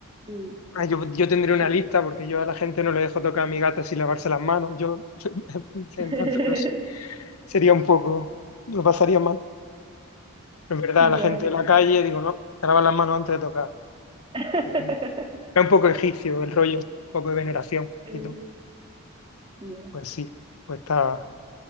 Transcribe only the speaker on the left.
Ah, yo, yo tendría una
lista porque yo a la gente no le dejo tocar a mi gata sin lavarse las manos. Yo. <laughs> Entonces,
no sé. sería un poco, lo pasaría mal. Pero es verdad,
la gente
de la calle, digo, no, te lavas las manos antes de tocar.
Es como, es un poco egipcio el rollo, un poco de veneración
y tal.
Pues sí, pues está,